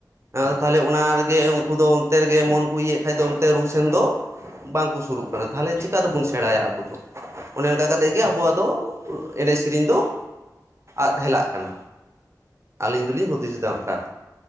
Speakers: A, on the right; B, on the left.
A: ᱟᱫᱚ ᱛᱟᱦᱚᱞᱮ ᱚᱱᱟ ᱨᱮᱜᱮ ᱩᱱᱠᱩ ᱫᱚ ᱚᱱᱛᱮ ᱨᱮᱜᱮ ᱢᱚᱱ ᱠᱚ ᱤᱭᱟᱹᱭᱮᱫ ᱠᱷᱟᱡ ᱫᱚ ᱚᱱᱛᱮ ᱨᱩ ᱥᱮᱱ ᱫᱚ, ᱵᱟᱝᱠᱚ ᱥᱩᱨᱩᱜ ᱠᱟᱱᱟ ᱛᱟᱦᱚᱞᱮ ᱪᱤᱠᱟ ᱛᱮᱵᱚᱱ
B: ᱦᱩᱸ
A: ᱥᱮᱬᱟᱭᱟ ᱟᱵᱚ ᱫᱚ, ᱚᱱᱮ ᱚᱱᱠᱟ
B: ᱦᱳᱭ
A: ᱠᱟᱛᱮᱫ ᱜᱮ
B: ᱦᱳᱭ
A: ᱟᱵᱚᱣᱟᱜ ᱫᱚ ᱮᱱᱮᱡ ᱥᱮᱨᱮᱧ ᱫᱚ ᱟᱫ ᱦᱮᱞᱟᱜ ᱠᱟᱱᱟ᱾ ᱟᱹᱞᱤᱧ ᱫᱚᱞᱤᱧ
B: ᱦᱩᱸ᱾
A: ᱦᱩᱫᱤᱥ ᱮᱫᱟ ᱚᱱᱠᱟ